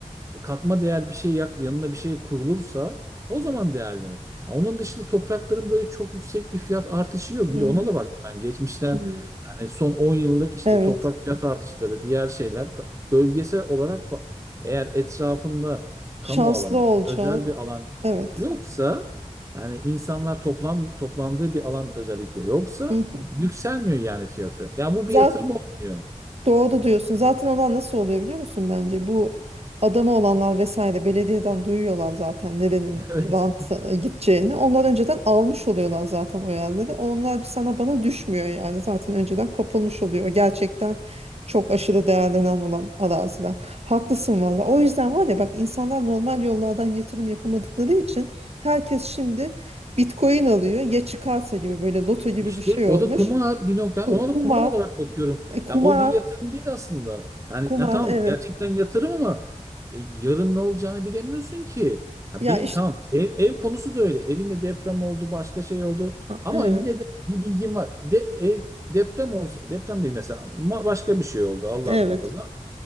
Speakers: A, on the right; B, on the right.
A: e, katma değer bir şey yak- yanına bir şey kurulursa o zaman değerlenir. Ha, onun dışında toprakların böyle çok yüksek bir fiyat artışı yok.
B: Hmm.
A: Bir de ona da baktım ben geçmişten
B: Hmm.
A: yani son 10 yıllık işte
B: Evet.
A: toprak fiyat artışları, diğer şeyler ta- bölgesel olarak fa- eğer etrafında
B: Şanslı
A: kamu alanı,
B: olacaksın.
A: özel bir alan
B: Evet.
A: yoksa yani insanlar toplan toplandığı bir alan özellikle yoksa
B: Hı
A: yükselmiyor yani fiyatı. Ya bu
B: Zaten
A: bir yatırım olmuyor.
B: Doğru diyorsun. Zaten olan nasıl oluyor biliyor musun bence? Bu adamı olanlar vesaire belediyeden duyuyorlar zaten nerenin
A: <laughs> Evet.
B: rant gideceğini. Onlar önceden almış oluyorlar zaten o yerleri. Onlar bir sana bana düşmüyor yani. Zaten önceden kapılmış oluyor. O Gerçekten çok aşırı değerlenen olan araziler. Haklısın valla. O yüzden var ya bak insanlar normal yollardan yatırım yapamadıkları için herkes şimdi Bitcoin alıyor. Ya çıkarsa gibi böyle loto gibi
A: İşte
B: bir şey
A: o
B: olmuş.
A: da kumar bir nokta.
B: Ku-
A: Ona
B: Kumar,
A: da kumar olarak bakıyorum.
B: e, kumar.
A: Ya o bir yatırım değil aslında. Yani
B: Kumar
A: ya tamam
B: evet.
A: gerçekten yatırım ama e, yarın ne olacağını bilemiyorsun ki. Ya
B: Ya
A: benim
B: işte
A: tamam ev, ev konusu da öyle. Evinde deprem oldu, başka şey oldu. Ama
B: evet.
A: yine de bir bilgim var. De, ev, deprem olsa, deprem değil mesela ma- başka bir şey oldu Allah
B: Evet.
A: muhafaza.